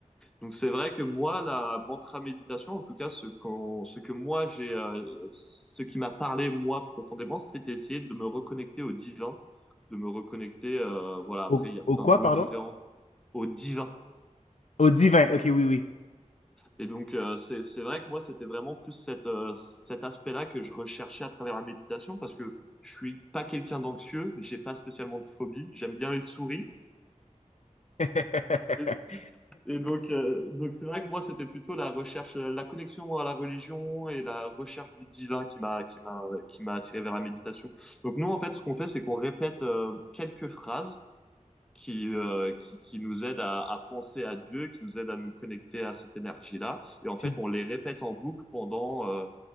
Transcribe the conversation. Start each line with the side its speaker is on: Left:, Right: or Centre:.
Centre: Donc, c'est vrai que moi, la mantra méditation, en tout cas, ce qu'on, ce que moi, j'ai, euh, ce qui m'a parlé, moi, profondément, c'était essayer de me reconnecter au divin, de me reconnecter, euh, voilà, après,
Left: Au,
Centre: il y a plein
Left: au quoi,
Centre: de mots
Left: pardon?
Centre: différents, au divin.
Left: Au divin. Ok, oui, oui.
Centre: Et donc, euh, c'est, c'est vrai que moi, c'était vraiment plus cette, euh, cet aspect-là que je recherchais à travers la méditation parce que je suis pas quelqu'un d'anxieux, j'ai pas spécialement de phobie, j'aime bien les souris.
Left: <laughs>
Centre: Et, et donc, euh, donc c'est vrai que moi, c'était plutôt la recherche, euh, la connexion à la religion et la recherche du divin qui m'a, qui m'a, qui m'a attiré vers la méditation. Donc, nous, en fait, ce qu'on fait, c'est qu'on répète euh, quelques phrases qui, euh, qui, qui nous aide à, à penser à Dieu, qui nous aide à nous connecter à cette énergie-là. Et en fait,
Left: Tu-
Centre: on les répète en boucle pendant euh,